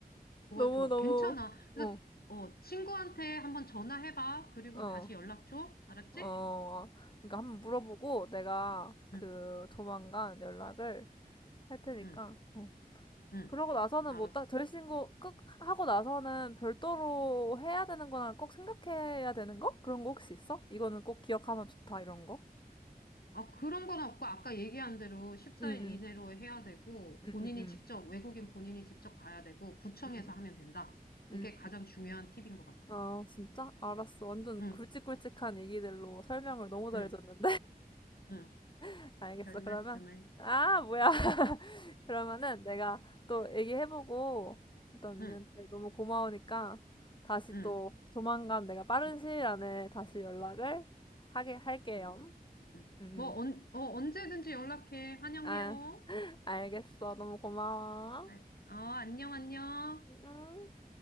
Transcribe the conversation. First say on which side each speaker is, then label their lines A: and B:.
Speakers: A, on the left (about 70°); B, on the left (about 30°).
A: 좋아,
B: 너무
A: 좋아.
B: 너무
A: 괜찮아. 그래서,
B: 어,
A: 어, 친구한테 한번 전화해봐. 그리고
B: 어,
A: 다시 연락 줘. 알았지?
B: 어. 그러니까 한번 물어보고 내가 그
A: 응,
B: 조만간 연락을 할 테니까.
A: 응,
B: 어.
A: 응.
B: 그러고 나서는
A: 알았어.
B: 뭐 딱 절신고 끝 하고 나서는 별도로 해야 되는 거나 꼭 생각해야 되는 거? 그런 거 혹시 있어? 이거는 꼭 기억하면 좋다 이런 거?
A: 아, 그런 건 없고, 아까 얘기한 대로 14일
B: 응, 응,
A: 이내로 해야 되고,
B: 응,
A: 본인이
B: 응, 응,
A: 직접, 외국인 본인이 직접 가야 되고, 구청에서
B: 응,
A: 하면 된다.
B: 응.
A: 그게 가장 중요한 팁인 것 같아.
B: 아 진짜? 알았어. 완전
A: 응,
B: 굵직굵직한 얘기들로 설명을 너무 잘해줬는데?
A: 응, 응.
B: <laughs> 알겠어.
A: 별
B: 그러면
A: 말씀을.
B: 아 뭐야? <laughs> 그러면은 내가 또 얘기해보고 일단 언니한테
A: 응,
B: 너무 고마우니까 다시
A: 응,
B: 또 조만간 내가 빠른
A: 응,
B: 시일 안에 다시 연락을 하게 할게요.
A: 응. 응. 응.
B: 응, 응.
A: 뭐, 언, 어, 언제든지 연락해. 환영해요.
B: 아, 알겠어. 너무 고마워.
A: 어, 알- 어, 안녕, 안녕.
B: 음.